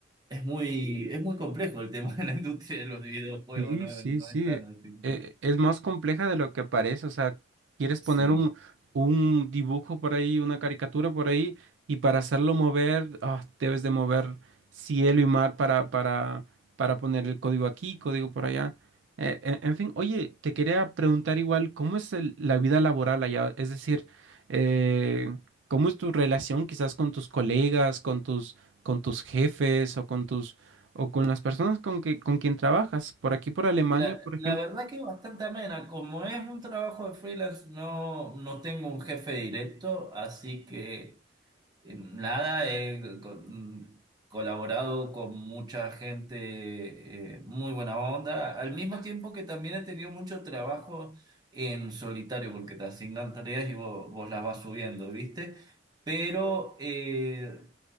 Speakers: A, on the right; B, on the right.
A: es muy, es muy complejo el tema de la industria de los videojuegos,
B: Sí,
A: no,
B: sí,
A: no
B: sí.
A: es tan así como-
B: Eh, es más compleja de lo que parece. O sea, quieres
A: Sí.
B: poner un, un dibujo por ahí, una caricatura por ahí, y para hacerlo mover, ah, debes de mover cielo y mar para, para, para poner el código aquí, código por allá. Eh, en, en fin, oye, te quería preguntar igual, ¿cómo es el- la vida laboral allá? Es decir, eh, ¿cómo es tu relación quizás con tus colegas, con tus, con tus jefes o o con las personas con que con quien trabajas. Por aquí, por Alemania,
A: La,
B: por ejemplo,
A: la verdad que es bastante amena. Como es un trabajo de freelance, no, no tengo un jefe directo, así que eh, nada, he co- mm, colaborado con mucha gente eh, muy buena onda, al mismo tiempo que también he tenido mucho trabajo en solitario, porque te asignan tareas y vos, vos las vas subiendo, ¿viste? Pero eh,